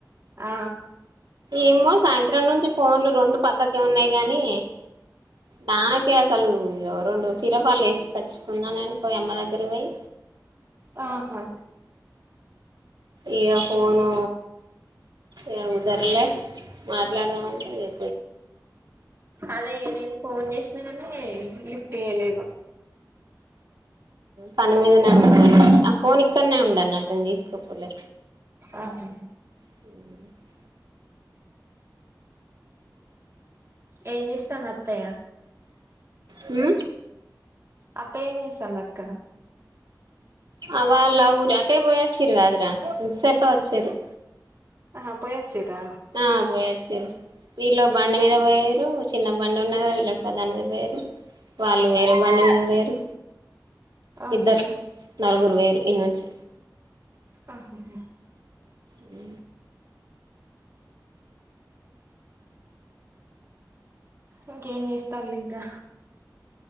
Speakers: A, on the right; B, on the right.
A: ఆ
B: ఎమ్మె సాయంత్రం నుంచి ఫోన్లు రెండు పక్కకే ఉన్నాయి కని నాకే అసలు ఇగ రెండు చీర ఫాల్లు వేసుకొచ్చుకున్నా నేను పోయి అమ్మ దగ్గర పోయి
A: ఆహా
B: ఇక ఫోను ఇగ కుదరలే మాట్లాడదామంటే ఏ
A: అదే నేను ఫోన్ చేసిన కానీ లిఫ్ట్ చేయలేదు
B: పని మీదనే ఉన్న ఆ ఫోన్ ఇక్కడనే ఉండే అన్నట్టు నేను తీసుకోపోలే
A: ఆహా
B: ఉ
A: ఏం చేస్తాంది అత్తాయ
B: హ
A: అత్తయ్య ఏం చేస్తోంది అక్క
B: ఆ వాళ్ల ఊరి అంటే పోయ్యి వచ్చిర్ర్ కాదురా ఇంతసేపే వచ్చిండ్లు
A: ఆహా పోయాచ్చీరా
B: ఆ పోయొచ్చిండ్రు వీళ్లో బండి మీద పోయిర్రు చిన్న బండి ఉన్నదా వీళ్ళ సదాని మీద పోయరు వాళ్ళు వేరే బండి మీద పోయిర్రు
A: ఆహా
B: ఇద్దరు నలుగురు వేరు ఇ నుంచి
A: ఆహా
B: ఉ
A: ఇంకేం చేస్తాళ్ళు ఇంకా